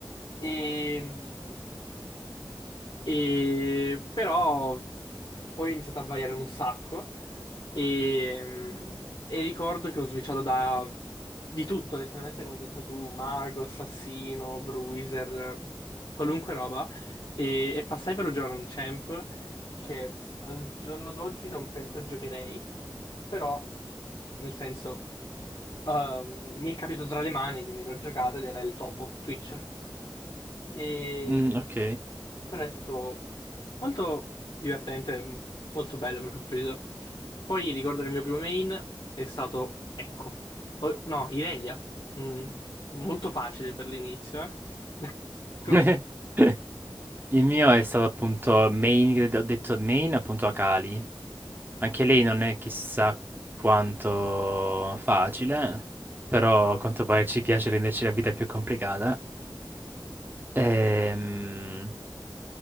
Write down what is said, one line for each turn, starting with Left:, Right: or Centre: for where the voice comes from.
Left: E, e- però poi ho iniziato a variare un sacco E, e ricordo che ho switchato da di tutto, letteralmente come hai detto tu, mago, assassino, bruiser, qualunque roba. E, e passai per giocare un champ che al giorno d'oggi non penso giocherei, però nel senso ehm, mi è capitato tra le mani, quindi l'ho giocato ed era il topo, Twitch. E
Right: Mm, ok.
Left: però è stato Molto divertente, m- molto bello per quel periodo. Poi ricordo che il mio primo main è stato Ecco. O- no, Irelia. Mm, molto facile per l'inizio, eh. <laughs> Tu?
Right: <laughs> Il mio è stato appunto Main, ho detto Main appunto a Kali. Anche lei non è chissà quanto facile, però a quanto pare ci piace renderci la vita più complicata. Ehm,